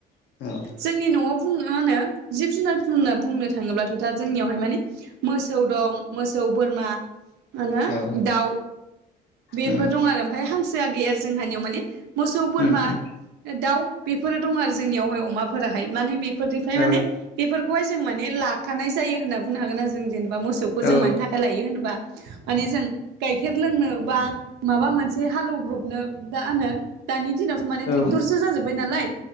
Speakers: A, on the left; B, on the right.
A: औ
B: जोंनि न'आव बुंनो मा होनो जिब जुनार जुनना बुंनो थाङोब्लाथ' दा जोंनियावहाय माने मोसौ दं मोसौ बोरमा माहोनो
A: औ
B: दाउ बेफोर
A: उम
B: दं आरो ओमफाय हांसोआ गैया आरो जोंहानियाव माने। मोसौ बोरमा
A: उम
B: दाउ बेफोरो दं आरो जोंनियावहाय अमाफोराहाय माने बे निफ्राय
A: औ
B: माने बेफोरखौहाय जों माने लाखानाय जायो होनना बुंनो हागोननाा जों जेनेबा मोसौखौ जों
A: औ
B: मानि थाखाय लायो होनबा माने जों गाइखेर लोंनो बा माबा मोनसे हालेवब्रबनो दा होनो दानि दिनावथ' माने
A: औ
B: टेक्टरसो जाजोबबाय नालाय